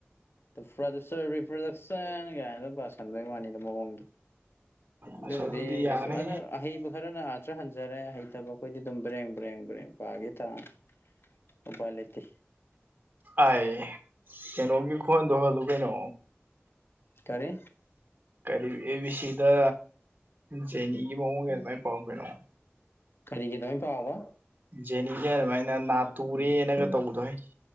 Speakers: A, on the left (about 60°); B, on the right (about 40°).
A: ꯗꯥ ꯄꯔ꯭ꯗꯨꯁꯔ ꯔꯤꯄꯔꯥꯗꯛꯁꯟ ꯀꯥꯏꯅ ꯄꯁꯟꯗꯩ ꯋꯥꯅꯤꯗ ꯃꯑꯣꯡꯗꯣ ꯑꯗꯨꯕꯨꯗꯤ
B: ꯑꯁ ꯑꯗꯨꯗꯤ ꯌꯥꯅꯤ
A: ꯀꯩꯁꯨ ꯑꯗꯨ ꯑꯍꯩꯕꯨ ꯈꯔꯅ ꯑꯥꯊ꯭ꯔ ꯍꯟꯖꯔꯦ ꯍꯩꯇꯕ ꯑꯩꯈꯣꯏꯗꯤ ꯑꯗꯨꯝ ꯕ꯭ꯔꯦꯡ ꯕ꯭ꯔꯦꯡ ꯕ꯭ꯔꯦꯡ ꯄꯥꯒꯤ ꯇꯥꯕꯅꯦ ꯎꯄꯥꯏ ꯂꯩꯇꯦ
B: ꯑꯥꯏ ꯀꯩꯅꯣꯒꯤ ꯈꯨꯍꯟꯗꯨ ꯍꯜꯂꯨ ꯀꯩꯅꯣ
A: ꯀꯔꯤ
B: ꯀꯔꯤ ꯑꯦ ꯕꯤ ꯁꯤꯗ ꯖꯦꯅꯤꯒꯤ ꯃꯑꯣꯡ ꯒꯤ ꯑꯗꯨꯃꯥꯏꯅ ꯄꯥꯎ ꯀꯩꯅꯣ
A: ꯀꯔꯤꯒꯤꯗꯨꯃꯥꯏ ꯄꯥꯎꯕ
B: ꯖꯦꯅꯤꯒꯤ ꯑꯗꯨꯃꯥꯏꯅ ꯅꯥꯇꯨꯔꯦꯅꯒ ꯇꯧꯕꯗꯣꯍ‌ꯦ